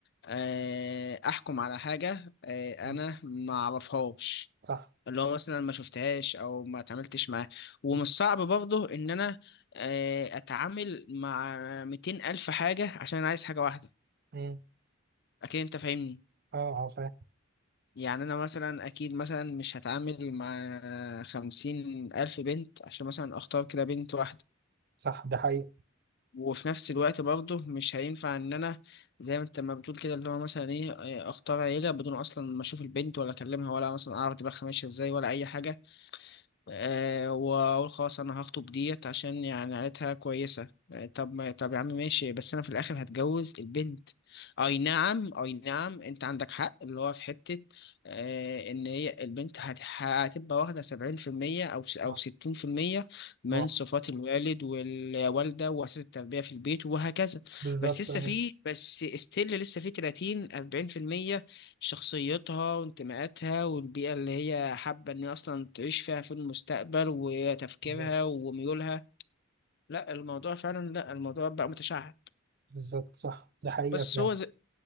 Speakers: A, on the left; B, on the right.
A: آه، احكم على حاجه آه،
B: م.
A: انا ما اعرفهاش
B: صح
A: اللي هو مثلا ما شفتهاش او ما اتعاملتش معاها ومش
B: م.
A: صعب برضو ان انا آه، اتعامل مع 200 الف حاجه عشان أنا عايز حاجه واحده
B: م.
A: اكيد انت فاهمني
B: اه اه فاهم
A: يعني انا مثلا اكيد مثلا مش هتعامل مع خمسين الف بنت عشان مثلا اختار كده بنت واحده
B: صح ده حقيقي
A: وفي نفس الوقت برضه مش هينفع ان انا زي ما انت ما بتقول كده اللي هو مثلا ايه آه، اختار عيله بدون اصلا ما اشوف البنت ولا اكلمها ولا مثلا اعرف دماغها ماشيه ازاي ولا اي حاجه آه، واقول خلاص انا هخطب ديت عشان يعني عيلتها كويسه آه، طب ما طب يا عم ماشي بس انا في الاخر هتجوز البنت اي نعم اي نعم انت عندك حق اللي هو في حته آه، ان هي البنت هت- هتبقى واخده سبعين في المية او س- او
B: اه
A: ستين في المية من
B: آه.
A: صفات الوالد والوالده واساس التربيه في البيت وهكذا
B: بالظبط
A: بس لسه
B: آه.
A: في بس استيل لسه في 30 40% شخصيتها وانتماءاتها والبيئة اللي هي حابة إن هي أصلا تعيش فيها في المستقبل وتفكيرها
B: بالظبط
A: وميولها لا الموضوع فعلا لا الموضوع بقى متشعب
B: بالظبط صح ده حقيقة
A: بس
B: فعلا
A: هو زي